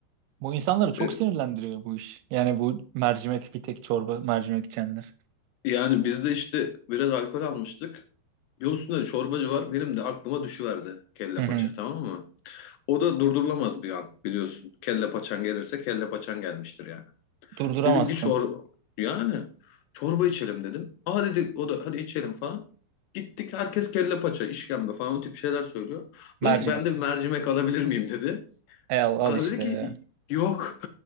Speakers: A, on the right (about 80°); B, on the left (about 80°).
A: Bu insanları çok
B: E,
A: sinirlendiriyor bu iş. Yani bu mercimek bir tek çorba mercimek içenler.
B: yani biz de işte biraz alkol almıştık. Yol üstünde de çorbacı var. Benim de aklıma düşüverdi kelle
A: Hı hı.
B: paça tamam mı? O da durdurulamaz bir an biliyorsun. Kelle paçan gelirse kelle paçan gelmiştir yani.
A: Durduramazsın.
B: Dedim ki çor yani çorba içelim dedim. Aa dedi o da hadi içelim falan. Gittik herkes kelle paça, işkembe falan o tip şeyler söylüyor.
A: Mercimek.
B: Bu dedi ki ben de bir mercimek alabilir miyim dedi.
A: E, al, al
B: Adam
A: işte.
B: dedi ki yok.